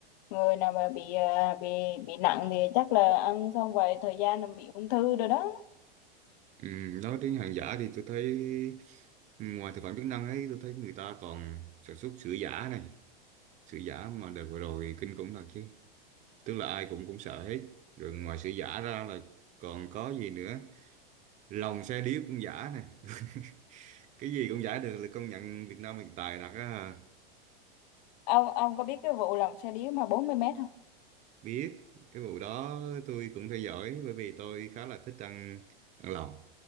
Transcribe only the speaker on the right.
ừ, nói đến hàng giả thì tôi thấy ừ, ngoài thực phẩm chức năng ấy tôi thấy người ta còn sản xuất sữa giả này sữa giả mà đợt vừa rồi kinh khủng thật chứ tức là ai cũng cũng sợ hết rồi ngoài sự giả ra là còn có gì nữa lòng xe điếc cũng giả nè <laughs> cái gì cũng giả được là công nhận Việt Nam mình tài thật á
biết cái vụ đó tôi cũng theo dõi bởi vì tôi khá là thích ăn ăn lòng